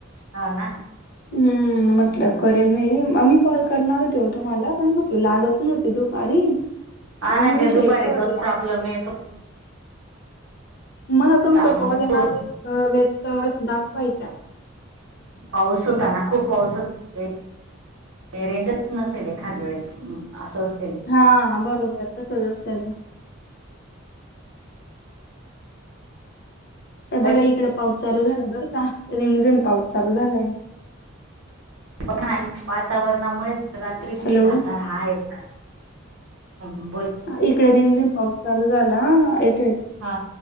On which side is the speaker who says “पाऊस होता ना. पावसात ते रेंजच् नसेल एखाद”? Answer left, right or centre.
Right